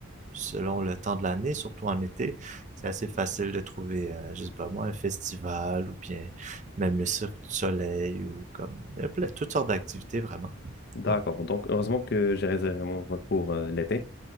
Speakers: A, on the right (about 35°); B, on the left (about 50°).
A: selon le temps de l'année, surtout en été, c'est assez facile de trouver, euh, je sais pas moi, un festival ou bien même le Cirque du Soleil ou comme toutes sortes d'activités vraiment.
B: D'accord.
A: Ouais.
B: Donc, heureusement que j'ai réservé mon vol pour euh, l'été.